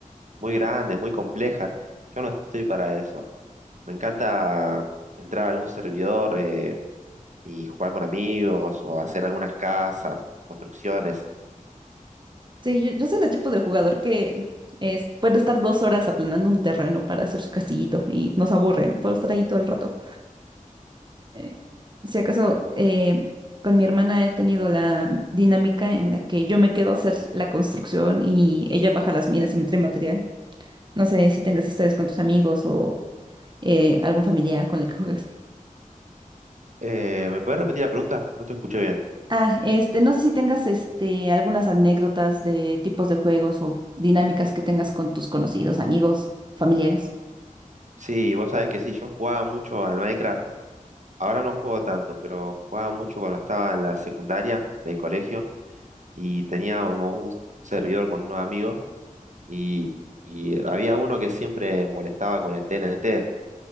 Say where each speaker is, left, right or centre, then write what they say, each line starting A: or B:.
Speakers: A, on the right; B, on the right.
A: muy grandes, muy complejas. Yo no estoy para eso. Me encanta entrar a algún servidor eh, y jugar con amigos o hacer algunas casas, construcciones.
B: Sí, yo, yo soy el tipo de jugador que es- puede estar dos horas aplanando un terreno para hacer su castillito y nos aburre por estar ahí todo el rato. Eh, si acaso, eh, con mi hermana he tenido la dinámica en la que yo me quedo a hacer la construcción y ella baja las minas y me trae material. No sé si tengas historias con tus amigos o eh, algún familiar con el que juegas.
A: Eh, ¿me puedes repetir la pregunta? No te escuché bien.
B: Ah, este, no sé si tengas este, algunas anécdotas de tipos de juegos o dinámicas que tengas con tus conocidos, amigos, familiares.
A: Sí, vos sabés que sí, yo jugaba mucho al Minecraft. Ahora no juego tanto, pero jugaba mucho cuando estaba en la secundaria del colegio y teníamos un servidor con unos amigos y, y había uno que siempre molestaba con el TNT.